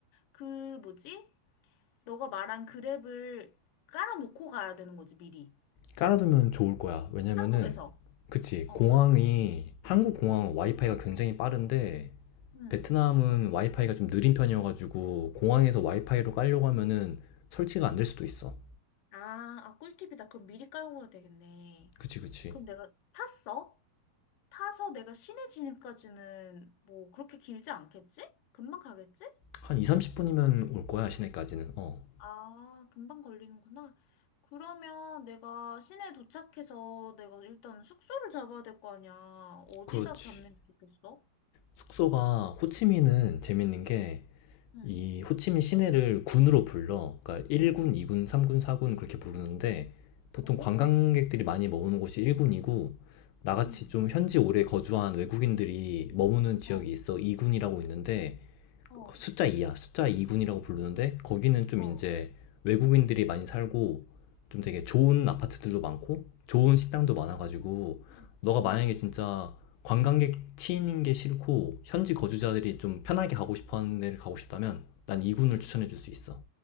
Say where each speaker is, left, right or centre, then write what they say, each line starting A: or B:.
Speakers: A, on the left; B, on the left.
A: 그 뭐지? 너가 말한 그랩을 깔아놓고 가야 되는 거지, 미리.
B: 깔아두면 좋을 거야. 왜냐면은
A: 한국에서.
B: 그치
A: 어.
B: 공항이 한국 공항 와이파이가 굉장히 빠른데
A: 응.
B: 베트남은 와이파이가 좀 느린 편이어가지고 공항에서 와이파이로 깔려고 하면은 설치가 안 될 수도 있어.
A: 아, 아, 꿀팁이다. 그럼 미리 깔고 가야 되겠네.
B: 그치 그치.
A: 그럼 내가 탔어? 타서 내가 시내 진입까지는 뭐 그렇게 길지 않겠지? 금방 가겠지?
B: 한 2, 30분이면 올 거야 시내까지는. 어.
A: 아, 금방 걸리는구나. 그러면 내가 시내 도착해서 내가 일단 숙소를 잡아야 될 거 아니야. 어디다
B: 그렇지.
A: 잡는 게 좋겠어?
B: 숙소가 호치민은
A: 응,
B: 재밌는 게
A: 응.
B: 이 호치민 시내를 군으로 불러. 그러니까 1군, 2군, 3군, 4군 그렇게 부르는데 보통
A: 오,
B: 관광객들이 많이 머무는 곳이 1군이고 나같이
A: 응,
B: 좀 현지 오래 거주한 외국인들이 머무는 지역이
A: 어,
B: 있어 2군이라고 있는데
A: 어,
B: 숫자 2야. 숫자 2군이라고 부르는데 거기는 좀
A: 어.
B: 이제 외국인들이 많이 살고 좀 되게 좋은 아파트들도 많고 좋은 식당도 많아가지고
A: 음.
B: 너가
A: 어.
B: 만약에 진짜 관광객 치이는 게 싫고 현지 거주자들이 좀 편하게 가고 싶어 하는 데를 가고 싶다면 난 2군을
A: 응.
B: 추천해 줄 수 있어.